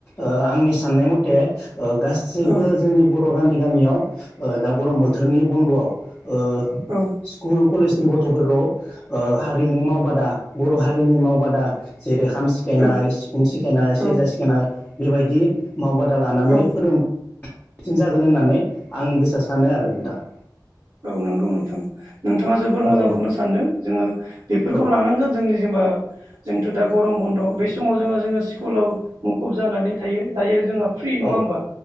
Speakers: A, on the left (about 20°); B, on the right (about 50°).
A: आंनि साननाय मथे ओ गासैबो
B: औ
A: जोंनि बर गामि गामियाव दा गरम बोथोरनि बन्दआव ओ
B: औ
A: स्कुल कलेजनि गथफोरखौ ओ हारिमु मावबादा बर' हारिनि मावबादा जेरै खाम सिखायनाय
B: औ
A: सिफुं सिखायनाय सेरजा
B: औ
A: सिखायनाय बेबायदि मावबादा लानानै
B: औ
A: फोरों सिन जागोन होननानै आंनि गोसोआ सानो आरो नोंथां।
B: औ नंगौ नोंथां। नोंथाङा जोबोर मोजांखौनो
A: औ औ
B: सानदों जोङो बेफोरखौ
A: औ
B: लानांगोन जोंनि जेनेबा जोंथ दा गरम बन्द बेै समाव जोंहा जोङो स्कुलाव मुखुब जानानै थायो दायो जोंहा फ्रि नङा
A: औ
B: होमबा